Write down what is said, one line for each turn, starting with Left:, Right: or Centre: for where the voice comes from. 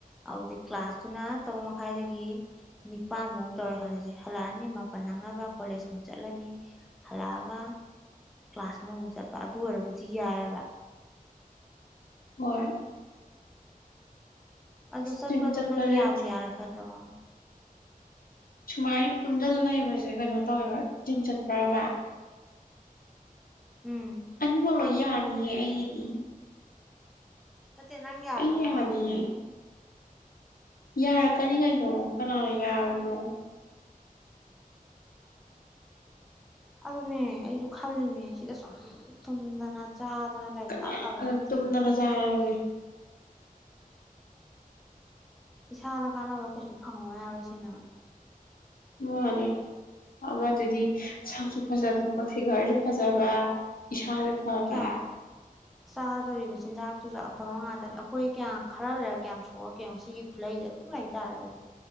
Centre: ꯑꯗꯨꯗꯤ ꯀ꯭ꯂꯥꯁꯇꯨꯅ ꯇꯔꯨꯛ ꯃꯈꯥꯏꯗꯒꯤ ꯅꯤꯄꯥꯟ ꯐꯧ ꯇꯧꯔꯦ ꯈꯜꯂꯁꯦ ꯍꯜꯂꯛꯑꯅꯤ ꯃꯥꯄꯜ ꯅꯪꯅꯕ ꯀꯣꯂꯦꯖ ꯑꯃꯨꯛ ꯆꯠꯂꯅꯤ ꯍꯜꯂꯛꯑꯒ ꯀ꯭ꯂꯥꯁ ꯑꯃꯃꯨꯛ ꯆꯠꯄ ꯑꯗꯨ ꯑꯣꯏꯔꯕꯨꯗꯤ ꯌꯥꯏꯑꯕ
Left: ꯍꯣꯏ
Centre: ꯑꯗꯣ ꯆꯠꯄꯗꯣ
Left: ꯖꯤꯝ ꯆꯠꯄꯁꯦ
Centre: ꯅꯪ ꯌꯥꯕꯨ ꯌꯥꯔꯛꯀꯗꯔꯣ
Left: ꯁꯨꯃꯥꯏꯅ ꯇꯨꯝꯗꯜ ꯂꯩꯕꯁꯦ ꯀꯩꯅꯣ ꯇꯧꯋꯦꯕ ꯖꯤꯝ ꯆꯠꯄ꯭ꯔꯕ
Centre: ꯎꯝ
Left: ꯑꯅꯤꯃꯛ ꯂꯣꯏ ꯌꯥꯅꯤꯌꯦ ꯑꯩ ꯎꯝ
Centre: ꯅꯠꯇꯦ ꯅꯪ ꯌꯥꯔꯛꯀꯗ꯭ꯔ
Left: ꯌꯥꯅꯤꯌꯦ
Centre: ꯍꯥꯏꯕꯅꯤꯅꯦ
Left: ꯌꯥꯔꯛꯀꯅꯤ ꯀꯩꯅꯣ ꯀꯅꯥꯅ ꯌꯥꯔꯣꯏꯗꯣꯏꯅꯣ
Centre: ꯑꯗꯨ ꯅꯦ ꯑꯩꯁꯨ ꯈꯜꯂꯤꯅꯦ ꯁꯤꯗ ꯁꯨ ꯇꯨꯝꯗꯅ ꯆꯥꯗꯅ ꯂꯩꯔꯤ
Left: ꯀꯅꯥ
Centre: ꯑꯐꯕꯅꯠꯇꯦ
Left: ꯇꯨꯝꯗꯅ
Centre: ꯃꯤꯅꯪꯕꯣ
Left: ꯆꯥꯔꯕꯅꯤ
Centre: ꯏꯁꯥꯗ ꯀꯥꯟꯅꯕ ꯀꯩꯁꯨ ꯐꯪꯉꯣꯏ ꯍꯥꯏꯕꯁꯤꯅ
Left: ꯃꯥꯅꯦ ꯑꯃꯗꯨꯗꯤ ꯁꯛꯁꯨ ꯐꯖꯊꯣꯛꯄ ꯐꯤꯒꯔꯁꯨ ꯐꯖꯕ ꯏꯁꯥꯁꯨ ꯐꯕ
Centre: ꯀꯌꯥ ꯆꯥꯗꯣꯔꯤꯕ ꯆꯤꯟꯖꯥꯛꯇꯨꯁꯨ ꯑꯐꯥꯃ ꯉꯥꯛꯇꯅꯤ ꯑꯩꯈꯣꯏ ꯀꯌꯥ ꯈꯔ ꯂꯩꯔꯛ ꯀꯌꯥꯝ ꯌꯥꯝ ꯁꯣꯛꯂꯛꯀꯦ ꯌꯦꯡꯑꯣ ꯁꯤꯒꯤ ꯈꯨꯠꯂꯩꯁꯦ ꯑꯗꯨꯝ ꯂꯩ ꯇꯔꯒꯗꯤ